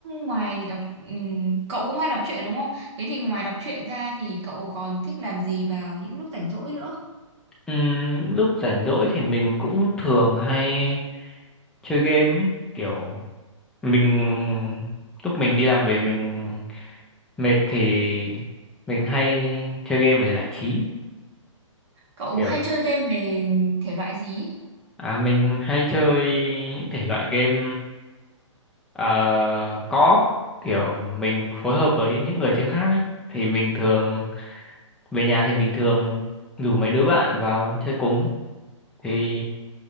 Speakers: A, on the right; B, in the centre.
A: ngoài đọc ừm, cậu cũng hay đọc truyện đúng không thế thì ngoài đọc truyện ra thì cậu còn thích làm gì vào những lúc rảnh rỗi nữa
B: Ừm, những lúc rảnh rỗi thì mình cũng thường hay chơi game ấy. kiểu mình lúc mình đi làm về mình mệt thì mình hay chơi game để giải trí
A: cậu
B: kiểu
A: hay chơi game về thể loại gì
B: à mình hay chơi những thể loại game uh, co-op kiểu mình phối hợp với những người chơi khác ấy thì mình thường về nhà thì mình thường rủ mấy đứa bạn vào chơi cùng thì